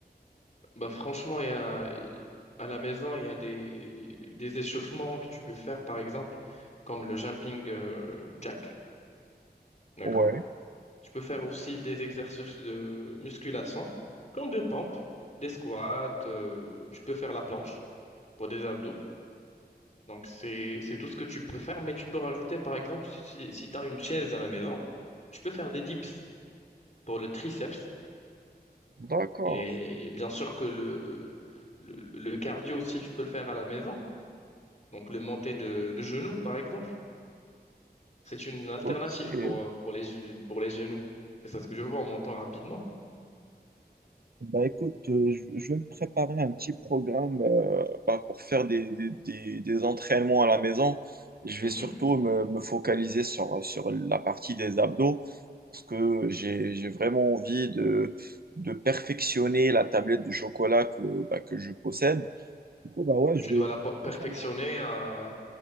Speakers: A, on the left (about 45°); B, on the right (about 65°).
A: Bah franchement, il y a, à la maison, il y a des, des échauffements que tu peux faire, par exemple, comme le jumping euh, jack. D'accord?
B: Ouais,
A: Tu peux faire aussi des exercices de musculation, comme des pompes, des squats. euh, tu peux faire la planche pour des abdos. Donc, c'est, c'est tout ce que tu peux faire, mais tu peux rajouter, par exemple, si, si tu as une chaise à la maison, tu peux faire des dips pour le triceps.
B: d'accord,
A: Et bien sûr que le, le, le cardio aussi, tu peux le faire à la maison. Donc, le monter de, de genoux, par exemple, c'est une alternative
B: ok.
A: pour, euh, pour les, pour les genoux. C'est ça ce que je vois en montant rapidement.
B: Bah écoute, euh, je, je vais me préparer un petit programme euh, bah, pour faire des, des, des- des entraînements à la maison. Je
A: Mhm.
B: vais surtout me, me focaliser sur, sur la partie des abdos parce que j'ai, j'ai vraiment envie de, de perfectionner la tablette de chocolat que, bah, que je possède. Du coup, bah ouais, je
A: Tu
B: vais,
A: dois
B: je
A: la
B: vais
A: per- perfectionner
B: commencer à m'en-
A: à,